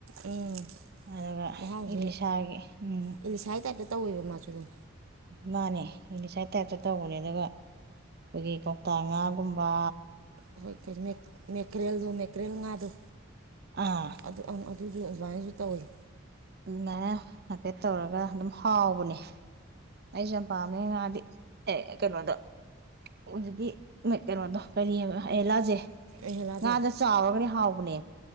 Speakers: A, on the right (about 80°); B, on the right (about 50°).
A: ꯎꯝ
B: ꯑꯗꯨꯒ
A: ꯃꯍꯥꯎꯁꯦ
B: ꯏꯂꯤꯁꯥꯒꯤ ꯎꯝ
A: ꯑꯦꯂꯤꯁꯥꯏ ꯇꯥꯏꯞꯇ ꯇꯧꯋꯦꯕ ꯃꯥꯁꯨ ꯑꯗꯨꯝ
B: ꯃꯥꯅꯦ ꯑꯩꯩꯂꯤꯁꯥꯏ ꯇꯥꯏꯞꯇ ꯇꯧꯕꯅꯦ ꯑꯗꯨꯒ ꯑꯩꯈꯣꯏꯒꯤ ꯀꯧꯇꯥ ꯉꯥ ꯏꯕꯥ
A: ꯑꯩꯈꯣꯏ ꯃꯦꯀ꯭ꯔꯦꯜꯗꯣ ꯃꯦꯀ꯭ꯔꯦꯜ ꯉꯥꯗꯣ
B: ꯑꯥ
A: ꯑꯗꯨ ꯑꯗꯨꯁꯨ ꯑꯗꯨꯃꯥꯏꯅꯁꯨ ꯇꯩꯏ
B: ꯑꯗꯨꯃꯥꯏꯅ ꯍꯥꯏꯐꯦꯠ ꯇꯧꯔꯒ ꯑꯗꯨꯝ ꯍꯥꯎꯕꯅꯦ ꯑꯩꯁꯨ ꯌꯥꯝ ꯄꯥꯝꯃꯦ ꯉꯥꯗꯤ ꯑꯦ ꯀꯩꯅꯣꯗ ꯍꯧꯖꯤꯛꯀꯤ ꯀꯩꯅꯣꯗꯣ ꯀꯔꯤꯑꯕ ꯑꯩ ꯂꯥꯥꯁꯦ
A: ꯑꯍꯦꯂꯥꯗꯣ
B: ꯉꯥꯗꯣ ꯆꯥꯎꯔꯒꯅꯦ ꯍꯥꯎꯕꯅꯦ